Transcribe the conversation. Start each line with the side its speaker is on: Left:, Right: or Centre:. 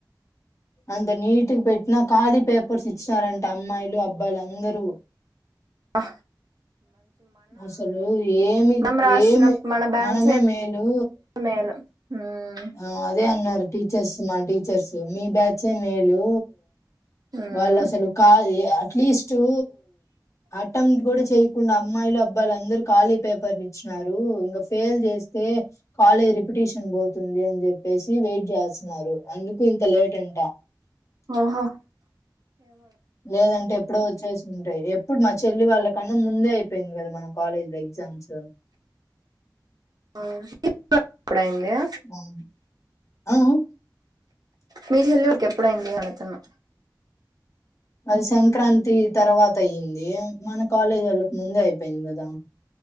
Left: అంత నీటిగా పెట్టినా ఖాళీ పేపర్స్ ఇచ్చినారంట అమ్మాయిలు అబ్ అబ్బాయిలందరూ
Right: ఆ
Left: అసలు ఏమి
Right: మనం రాసిన
Left: ఏమి
Right: మన బ్యాచే
Left: మనమే మేలు
Right: మేలు మ్మ్
Left: ఆ అదే అన్న టీచర్స్ మా టీచర్స్ మీ బ్యాచే మేలు
Right: మ్మ్
Left: వాళ్ల అసలు కా ప్లీజ్ టూ ఆటం గుడ చేయకుండా అమ్మాయిలు అబ్బాయి అందరూ ఖాళీ పేపర్లు ఇచ్చినారు ఇంకా ఫెల్ చేస్తే కాలేజ్ రిపిటిషన్ పో తుంది అని చెప్పేసి వెయిట్ చేస్తున్నారు అందుకు ఇంత లేట్ అంట
Right: ఆహా
Left: లేదంటే ఎప్పుడో వచ్చేసి ఉంటాయి ఎప్పుడు మ చెల్లి వాళ్ళ కన్నా ముందే అయిపోయింది కదా మన కాలేజ్ లో ఎగ్జామ్స్
Right: ఆ ఇప్పుడైదా
Left: అవును. ఆ! ఆ!
Right: మీ చేలికి ఎప్పుడ అయింది అడుతన్నా
Left: అది సంక్రాంతి తర్వాత అయింది మన కాలేజీ వాళ్ళకు ముందే అయిపోయింది కదా